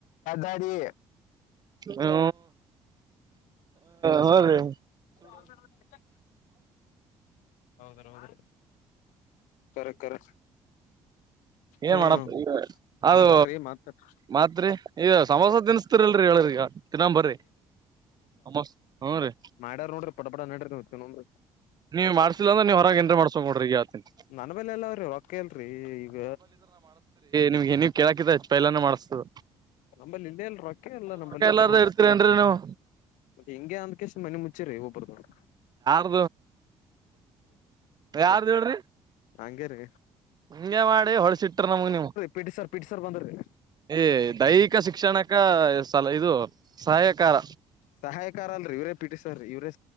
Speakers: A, on the left (about 75°); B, on the right (about 30°).
A: ಗಾಡಿ
B: ಹ್ಮ ಹ ಹ ರೀ
A: ಹ ಅ ಅ ಹೌದ ಹೌದ ಕರೆ ಕರೆ
B: ಏನ್
A: ಹ್ಮ್
B: ಮಾಡಪ್ಪ ಈ ಅದು
A: ಮಾತಾಡ್ರಿ ಮಾತಾಡ್ರಿ
B: ಮಾತ್ರಿ ಈಗ ಸಮೋಸ ತಿನ್ಸ್ತಿರಿಲ್ರರಿ ಹೇಳ್ರಿಗ ತಿನ್ನೊಂಬರ್ರಿ ಹ ಹ್ಮ ರೀ
A: ಮಾಡ್ಯ ನೋಡಿ ಪಡ್ರರಿತ್ತತ ನೋಡಿ
B: ನೀವು ಮಾಡ್ಸಿಲ್ಲ ಅಂದ್ರ ನೀವು ಹೊರಗೆ ಎನ್್ರ ಮಾಡ್ಕ ನೋ್ರ ಈಗ ಆತಿನ್
A: ನನ್ ಬಲೆ ಎಲ್ಲ ಅವ್ರಿ ಹೊರತ್ ಕಲ್ರಿ ಈಗ
B: ನಿಮ್ಗೆಏ ನೀವ್ೇಳಾಕಿದಚ್ಚ ಪೈಲಾನನೆ ಮಾಡ್ತದ
A: ನಮ್ಮಲ್ಲಿ ಇಲ್ಲೇ ಎಲ್ರಕ ಎಲ್ಲಾ ನಂಬಲ್ಲಿ ಇದ್ರ
B: ಎಲ್ಲಾರ್ದ
A: ಮಾಡಸ
B: ಇರ್ತೀರೇನ್ರಿ ನೀವು
A: ಮತ್ತೆ ಹೆಿಂಗೆ ಅಂದಕೆಷ್ಟ ಮನೆ ಮುಚ್ಚಿರಿ ಒಬ್ಬರದವರು
B: ಹ ಯಾರ್ದ ಹೇಳ್ರಿ
A: ನಂಗರು
B: ಹಂಗಗೆ ಮಾಡಿ ಹೊಳ್ಸ ಟ್ರ ನಮಗ ನೀವು
A: P T sir P T sir ಬಂದ್ರಿ
B: ಏ ದೈಹಿಕ ಶಿಕ್ಷಣಕ ಸ ಇದು ಸಹಾಯಕಾರ
A: ಸಹಾಯಕಾರ ಅಲ್ರೀ ಇವರೇ ಪೀಠಿಸ್ರ್ೀ ಇವರೇ